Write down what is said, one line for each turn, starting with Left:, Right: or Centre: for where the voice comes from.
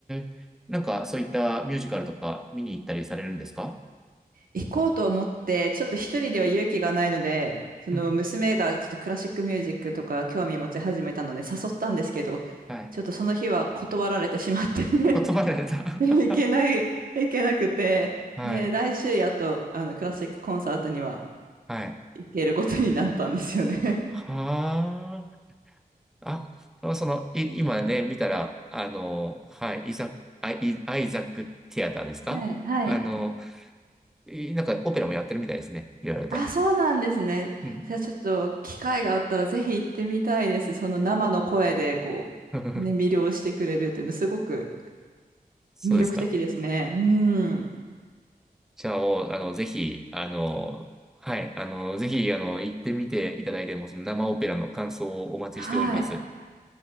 Centre: え、なんかそういったミュージカルとか見に行ったりされるんですか
Right: 行こうと思って、ちょっと一人では勇気がないので、その娘がちょっとクラシックミュージックとか興味持ち始めたので誘ったんですけど、
Centre: うん。はい。
Right: ちょっとその日は断られてしまって
Centre: 言葉でた。
Right: <laughs> でも行けない、
Centre: <laughs>
Right: 行けなくて、
Centre: はい。
Right: で、来週やっと、あの、クラシックコンサートには
Centre: はい。
Right: 行けることになったんですよね。<laughs>
Centre: はあ。あ、その、い、今ね、見たら、あの、はい、イザック、アイ、アイザックティアターですかあの、
Right: はい、はい。
Centre: いなんかオペラもやってるみたいですね。いろいろと。
Right: あ、そうなんですね。
Centre: うん。
Right: じゃあちょっと機会があったらぜひ行ってみたいです。その生の声でこう、
Centre: <laughs>
Right: ね、魅了してくれるっていうのすごく
Centre: そうですか。
Right: 魅力的ですね。うん。
Centre: じゃあ、おあの、ぜひ、あの、はい、あの、ぜひ、あの、行ってみていただいても、その生オペラの感想をお待ちしております。
Right: はい。